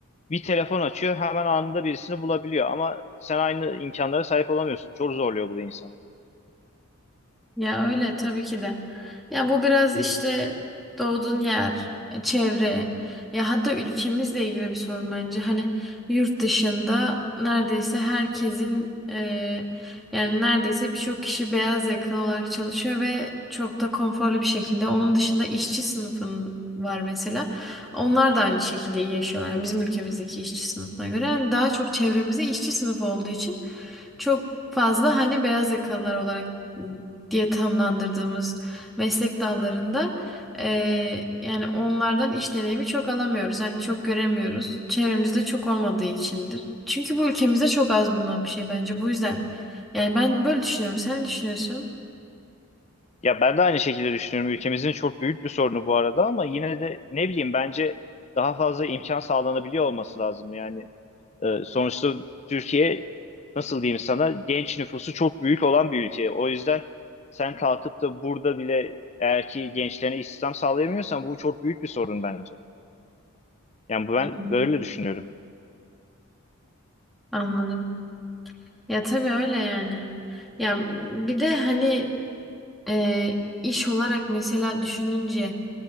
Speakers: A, on the left (about 30°); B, in the centre.
A: bir telefon açıyor hemen anında birisini bulabiliyor ama sen aynı imkanlara sahip olamıyorsun. Çok zorluyor bu da insanı.
B: Ya öyle tabii ki de. Ya bu biraz işte doğduğun yer, e, çevre ya hatta ülkemizle ilgili bir sorun bence. Hani yurt dışında neredeyse herkesin e, yani neredeyse birçok kişi beyaz yakalı olarak çalışıyor ve çok da konforlu bir şekilde. Onun dışında işçi sınıfın var mesela. Onlar da aynı şekilde iyi yaşıyorlar. Yani bizim ülkemizdeki işçi sınıfına göre. Yani daha çok çevremizde işçi sınıfı olduğu için çok fazla hani beyaz yakalılar olarak diye tamlandırdığımız meslek dallarında eee, yani onlardan iş deneyimi çok alamıyoruz. Hani çok göremiyoruz. Çevremizde çok olmadığı içindir. Çünkü bu ülkemizde çok az bulunan bir şey bence bu yüzden. Yani ben böyle düşünüyorum. Sen ne düşünüyorsun?
A: Ya ben de aynı şekilde düşünüyorum. Ülkemizin çok büyük bir sorunu bu arada ama yine de ne bileyim bence daha fazla imkan sağlanabiliyor olması lazım. Yani e, sonuçta Türkiye nasıl diyeyim sana genç nüfusu çok büyük olan bir ülke. O yüzden sen kalkıp da burada bile eğer ki gençlerine istihdam sağlayamıyorsan bu çok büyük bir sorun bence. Yani bu- ben
B: Hı hı.
A: böyle düşünüyorum.
B: Anladım. Ya tabii öyle yani. Ya bir de hani eee, iş olarak mesela düşününce